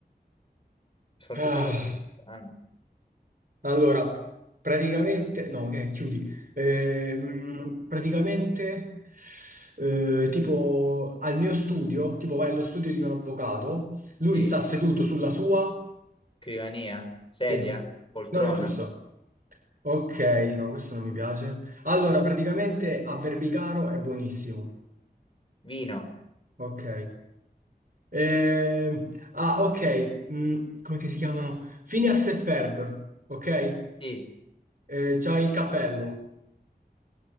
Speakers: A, on the left; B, on the right.
A: Ho fatto
B: Ah,
A: solo tu. Ah, no.
B: allora, praticamente... No, ok, chiudi. Ehm, praticamente, eh, tipo, al mio studio, tipo vai allo studio di un avvocato, lui
A: Sì.
B: sta seduto sulla sua...
A: Scrivania, sedia,
B: Sì.
A: poltrona,
B: No, è giusto. Ok, no, questo non mi piace. Allora, praticamente a Verbicaro è buonissimo.
A: vino,
B: Ok. Ehm, ah, ok. Mm, come che si chiamano? Phineas e Ferb. Ok?
A: sì,
B: Eh, c'ha il cappello.